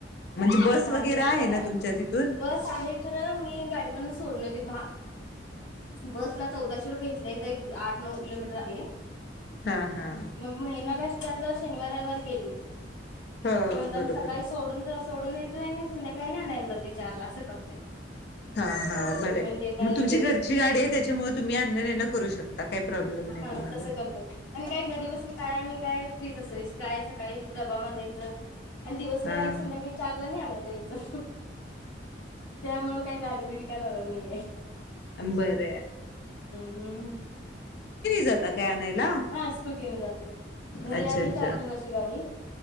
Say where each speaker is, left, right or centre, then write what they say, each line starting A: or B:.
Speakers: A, on the left (about 60°); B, on the left (about 80°).
A: म्हणजे
B: तून
A: बस
B: एक दहा
A: वगैरे
B: किलोमीटर
A: ना
B: आहे
A: तुमच्या तिथून
B: बस आहे खरं मी गाडीवरन सोडण ते भा बसला चौदाशे रुपये घेतलेय एक आठ नऊ किलोमीटर आहे
A: हा हा
B: मग शनिवारेली
A: हो
B: म्हण
A: बरोबर
B: सकाळी
A: आहे
B: सोडून सोडून येतोय आणिी संध्याकाळी आणायला ज त चारला असं करतोय
A: ह हा हा बरं
B: म्हणजे काय
A: मग तुमची
B: हे
A: घरची गाडी आहे त्याच्यामुळे तुम्ही अन्न नणं करू शकता काही प्रॉब्लेम नाही
B: त
A: तुम्हाला
B: कर आणि काय घरी बून का काय फ्रीज अस काय सकाळी डबा बांधायच आणि दिवसभर
A: हा
B: आणि
A: हा
B: संध्याकाळी चारला आलायच च त्यामुळ काय गाडीबडी काय लावल नाही
A: अंबर
B: हम्म
A: जाता काय आणायला
B: हा स्कुटीने जात घरी
A: अच्छा
B: आहे
A: अच्छा
B: चार तीन वर्ष गाडी